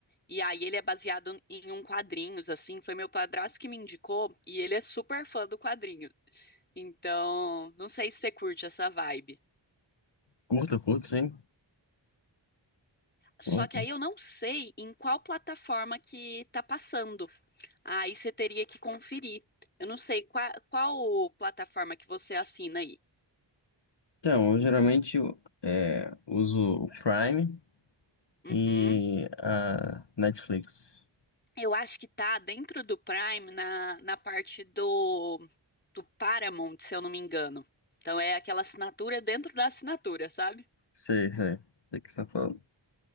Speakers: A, on the left; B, on the left.
A: E aí ele é baseado em um quadrinhos assim, foi meu padrasto que me indicou e ele é super fã do quadrinho. Então, não sei se você curte essa vibe.
B: Curto, curto, sim.
A: Só
B: Curto.
A: que aí eu não sei em qual plataforma que tá passando. Aí você teria que conferir. Eu não sei qual, qual plataforma que você assina aí.
B: Então, eu geralmente é, uso o Prime
A: Uhum.
B: e a Netflix.
A: Eu acho que tá dentro do Prime, na, na parte do, do Paramount, se eu não me engano. Então é aquela assinatura dentro da assinatura, sabe?
B: Sei, sei. Sei o que você tá falando.